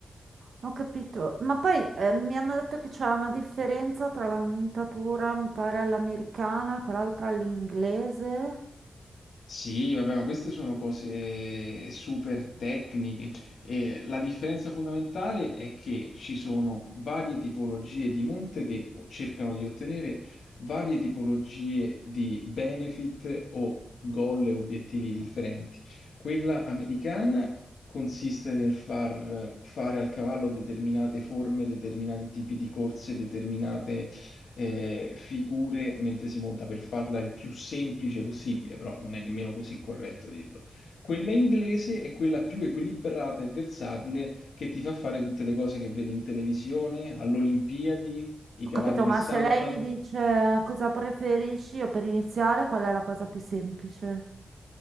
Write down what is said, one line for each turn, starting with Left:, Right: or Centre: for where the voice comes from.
Right: ho capito. Ma poi eh, mi hanno detto che c'è una differenza tra la montatura, mi pare, all'americana e quell'altra all'inglese.
Left: Sì, vabbè, ma queste sono cose super tecniche e la differenza fondamentale è che ci sono varie tipologie di monte che o- cercano di ottenere varie tipologie di benefit o goal e obiettivi differenti. Quella americana consiste nel far fare al cavallo determinate forme, determinati tipi di corse, determinate eh, figure mentre si monta per farla il più semplice possibile, però non è nemmeno così corretto dirlo. Quella inglese è quella più equilibrata e versatile che ti fa fare tutte le cose che vedi in televisione, all'Olimpiadi, i
Right: Ho
Left: cavalli
Right: capito,
Left: che
Right: ma
Left: saltano.
Right: se lei mi dice cosa preferisci, io per iniziare, qual è la cosa più semplice?